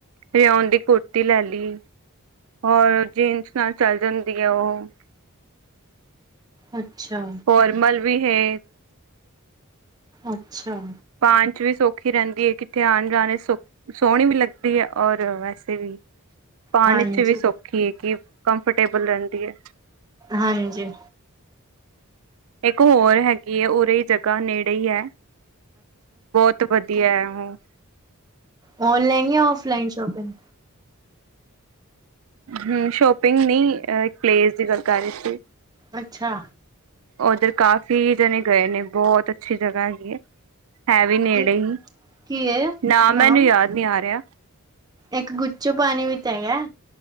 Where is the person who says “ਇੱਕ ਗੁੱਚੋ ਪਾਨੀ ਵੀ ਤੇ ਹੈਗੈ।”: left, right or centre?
Right